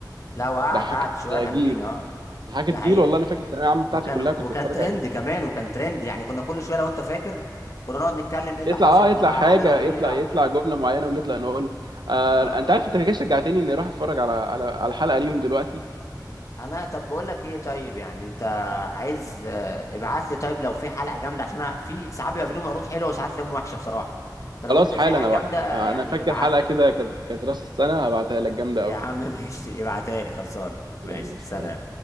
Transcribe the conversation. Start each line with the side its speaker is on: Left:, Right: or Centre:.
Left: لا وقعد
Right: ضحكت
Left: قعد شويه حلوين
Right: جيل
Left: اه
Right: ضحكت
Left: دي حقيقه
Right: جيل والله انا فاكر الثانويه العامه بتاعتي
Left: وكان
Right: كلها
Left: وكان
Right: كنت بتفرج
Left: ترند
Right: عليه
Left: كمان وكان ترند يعني كنا كل شويه لو انت فاكر كنا نقعد نتكلم ايه اللي
Right: يطلع
Left: حصل
Right: اه يطلع
Left: وعلي
Right: حاجه
Left: ربيع
Right: يطلع يطلع جمله معينه ونطلع نقول آه
Left: اه
Right: انت عارف انت كده شجعتني اني اروح اتفرج على على على حلقه ليهم دلوقتي
Left: انا طب بقول لك ايه طيب يعني انت عايز آه، ابعت لي طيب لو في حلقه جامده عشان أنا في ساعات بيبقى في لهم عروض حلوه وساعات لهم وحشه بصراحه فلو
Right: خلاص
Left: انت
Right: حالا
Left: في حاجه
Right: انا بقى
Left: جامده
Right: آه،
Left: يعني
Right: انا فاكر
Left: ابعت
Right: حلقه
Left: لي
Right: كده كانت كانت راس السنه هبعتها لك جامده
Left: يا
Right: قوي
Left: عم <laughs> ماشي ابعتها لي خلصان
Right: يلا
Left: ماشي
Right: سلام
Left: سلام